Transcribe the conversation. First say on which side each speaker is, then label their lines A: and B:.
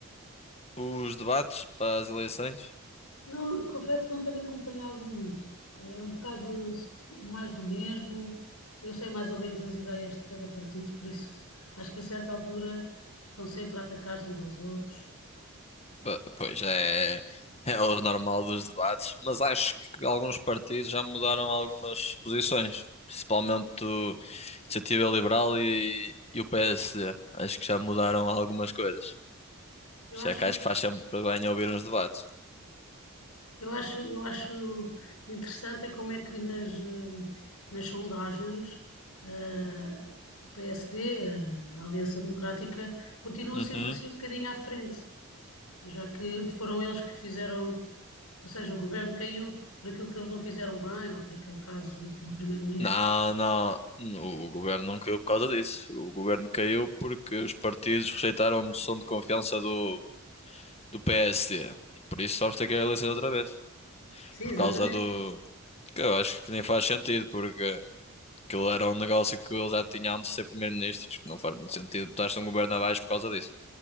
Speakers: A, on the left (about 25°); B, on the left (about 80°).
A: os debates para as eleições?
B: Não, confesso que não tenho acompanhado muito, é um bocado mais do mesmo, eu sei mais ou menos as ideias de cada partido, por isso acho que a certa altura estão sempre a atacar-se uns aos outros.
A: Ba- Pois é, é o normal dos debates, mas acho que alguns partidos já mudaram algumas posições, principalmente o Iniciativa Liberal e, e o PSD. Acho que já mudaram algumas coisas.
B: Eu
A: Por isso
B: acho,
A: é que acho que faz sempre bem ouvir uns debates.
B: Eu acho, eu acho interessante é como é que nas, eh, nas sondagens eh, o PSD, a Aliança Democrática, continua
A: Uhum.
B: sempre assim um bocadinho à frente, já que foram eles que fizeram, ou seja, o governo caiu por aquilo que eles não fizeram bem, ou por aquele caso do, do primeiro-ministro.
A: Não, não. O governo não caiu por causa disso. O governo caiu porque os partidos rejeitaram a moção de confiança do, do PSD. E por isso vamos ter que ir a eleições outra vez.
B: Sim,
A: Por
B: exatamente.
A: causa do. Que eu acho que nem faz sentido, porque aquilo era um negócio que eles já tinham de ser primeiro-ministros, que não faz muito sentido botar-se um governo abaixo por causa disso.